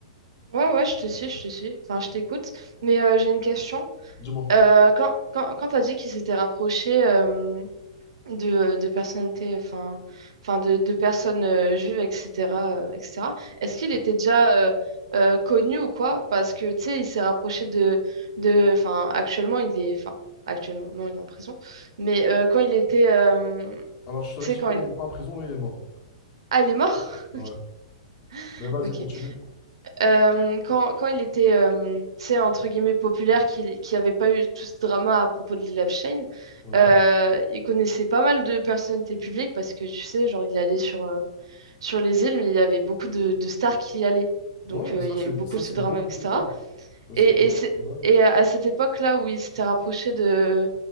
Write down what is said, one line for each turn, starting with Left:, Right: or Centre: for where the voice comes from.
Right: ouais, ouais, je te suis, je te suis. Enfin, je t'écoute. Mais euh, j'ai une question.
Left: Dis-moi.
Right: Euh, quand quand, quand tu as dit qu'ils s'étaient rapprochés euh, de, de personnalités, enfin, enfin de, de personnes euh, juives, etc., euh, etc., est-ce qu'il était déjà euh, euh, connu ou quoi? Parce que, tu sais, il s'est rapproché de, de... Enfin, actuellement, il est... Enfin, actuellement, non, il est en prison. Mais euh, quand il était... euh,
Left: Alors, je te
Right: tu
Left: rectifie,
Right: sais, quand il...
Left: là, il est pas en prison, là, il est mort.
Right: Ah, il est mort?
Left: Ouais.
Right: <laughs>
Left: Mais vas-y,
Right: Ok.
Left: continue.
Right: Euh, quand, quand il était, euh, tu sais, entre guillemets, populaire, qu'il qu'il avait pas eu tout ce drama à propos de Lil Abshein,
Left: Ouais.
Right: euh, il connaissait pas mal de personnalités publiques parce que, tu sais, genre, il allait sur, euh, sur les îles, mais il y avait beaucoup de, de stars qui y allaient. Donc,
Left: Ouais,
Right: euh,
Left: mais ça,
Right: il y
Left: c'est
Right: a eu beaucoup
Left: ça,
Right: de ce
Left: c'est
Right: drama,
Left: beaucoup
Right: etc.
Left: plus tard. Ça,
Right: Et,
Left: c'est plus.
Right: et, c'est-
Left: voilà.
Right: et à cette époque-là où il s'était rapproché de,